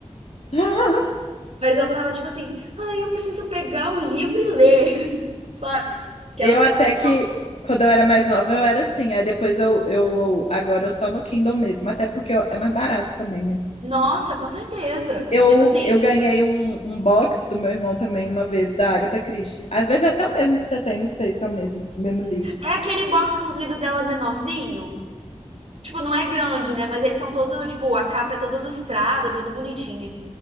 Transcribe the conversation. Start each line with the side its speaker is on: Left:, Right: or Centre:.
Left: <laughs>
Right: mas eu tava tipo assim, ai, eu preciso pegar o livro e ler. <laughs> Sabe? Aquela
Left: Eu
Right: sensação?
Left: até que, quando eu era mais nova, eu era assim. Aí depois eu, eu agora eu só no Kindle mesmo, até porque eu- é mais barato também, né?
Right: Nossa, com certeza.
Left: Eu,
Right: Tipo assim,
Left: eu ganhei um, um box do meu irmão também uma vez, da Agatha Christie. Às vezes é até o mesmo que você tem, não sei se é o mesmo, os mesmos livros.
Right: é aquele box com os livros dela menorzinho. Tipo, não é grande, né? Mas eles são todo, tipo, a capa é toda ilustrada, todo bonitinha.